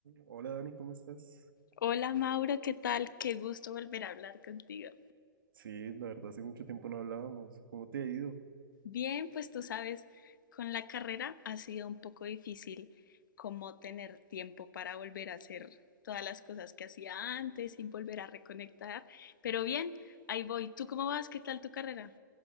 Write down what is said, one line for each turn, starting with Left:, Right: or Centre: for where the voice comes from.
Right: Hola Dani, ¿cómo estás?
Left: Hola Mauro, ¿qué tal? Qué gusto volver a hablar contigo.
Right: Sí, la verdad hace mucho tiempo no hablábamos. ¿Cómo te ha ido?
Left: Bien, pues tú sabes, con la carrera ha sido un poco difícil como tener tiempo para volver a hacer todas las cosas que hacía antes y volver a reconectar. Pero bien, ahí voy. ¿Tú cómo vas? ¿Qué tal tu carrera?